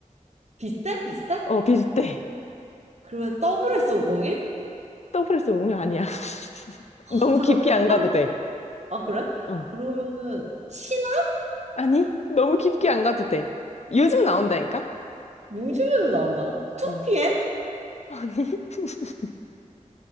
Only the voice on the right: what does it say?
비슷해? 비슷해?
그러면 WS501?
아,
잠깐만,
동방,
아, 그래?
그러면은, 신화?
요즘에도 나온다고? 2PM?